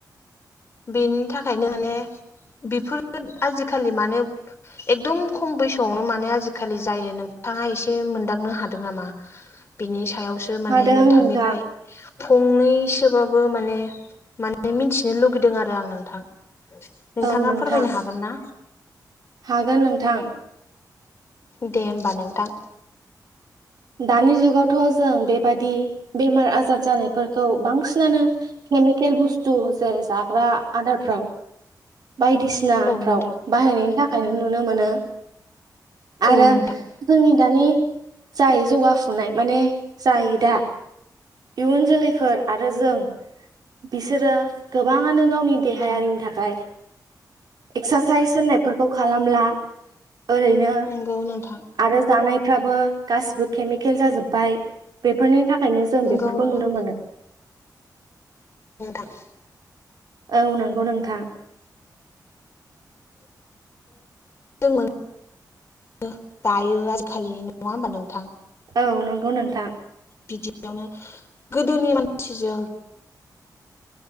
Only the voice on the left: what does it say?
बेनि थाखायनो माने बेफोर आजिखालि मानो एकदम खम बैसोआवनो माने आजिखालि जायो नोंथाङा एसे मोनदांनो हादों नामा बिनि सायावसो माने
नोंथांनिफ्राय
फंनैसोबाबो माने माने मिनथिनो लुबैदों नोंथां नोंथाङा
फोरमायनो हागोन ना
दे होमबा नोंथां
औ नोंथां
औ
नोंथां
नोंथां
नंगौ नोंथां
नंगौ
नोंथां
<unintelligible>
माने <unintelligible> दायो आजिखालि नङा होमबा नोंथां
बिदियावनो गोदोनि मानसिजों